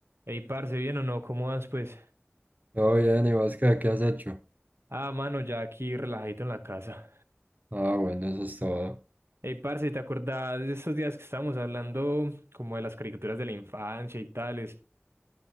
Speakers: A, on the right; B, on the right.
A: Ey, parce, ¿bien o no? ¿Cómo vas, pues?
B: Todo bien, ¿y vos qué, qué has hecho?
A: Ah, mano, ya aquí relajadito en la casa.
B: Ah, bueno, eso es todo.
A: Ey, parce, ¿te acordás de esos días que estábamos hablando como de las caricaturas de la infancia y tal?